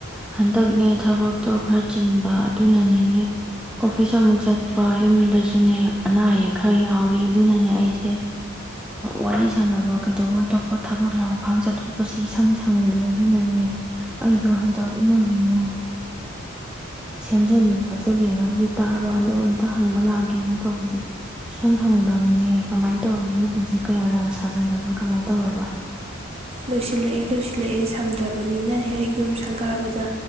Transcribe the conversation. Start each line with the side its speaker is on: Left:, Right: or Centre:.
Centre: ꯍꯟꯗꯛꯅꯦ ꯊꯕꯛꯇꯣ ꯈꯔ ꯆꯤꯟꯕ ꯑꯗꯨꯅꯅꯤꯅꯦ ꯑꯣꯐꯤꯁ ꯑꯃꯨꯛ ꯆꯠꯄ ꯌꯨꯝꯗꯁꯨꯅꯦ ꯑꯅꯥ ꯑꯌꯦꯛ ꯈꯔ ꯌꯥꯎꯔꯦ ꯑꯗꯨꯅꯅꯦ ꯑꯩꯁꯦ ꯋꯥꯔꯤ ꯁꯥꯟꯅꯕ ꯀꯩꯗꯧꯕ ꯑꯇꯣꯞꯄ ꯊꯕꯛ ꯂꯥꯡꯐꯥꯡ ꯆꯠꯊꯣꯛꯄꯁꯤ ꯏꯁꯪ ꯁꯪ ꯍꯪꯗ꯭ꯔꯦ ꯑꯗꯨꯅꯅꯦ ꯑꯩꯗꯣ ꯍꯟꯗꯛ ꯅꯣꯏꯒꯤ ꯌꯨꯝ ꯁꯦꯝꯖꯤꯂ ꯈꯣꯠꯆꯜꯂꯤꯅ ꯍꯧꯖꯤꯛ ꯇꯥꯕ ꯑꯗꯣ ꯑꯝꯇ ꯍꯪꯕ ꯂꯥꯛꯒꯦꯅ ꯀꯧꯕꯁꯦ ꯁꯨ ꯁꯪ ꯁꯪꯗꯕꯅꯦ ꯀꯃꯥꯏꯅ ꯇꯧꯅꯤ ꯍꯧꯖꯤꯛ ꯀꯌꯥꯝ ꯌꯥꯝ ꯁꯥꯖꯜꯂꯕ ꯀꯃꯥꯏꯅ ꯇꯧꯔꯕ
Right: ꯂꯣꯏꯁꯤꯜꯂꯛꯑꯦ ꯂꯣꯏꯁꯤꯜꯂꯛꯑꯦ ꯁꯪꯗ꯭ꯔꯕꯅꯤꯅ ꯍꯦꯛ ꯌꯨꯝ ꯁꯪꯒꯥꯕꯗ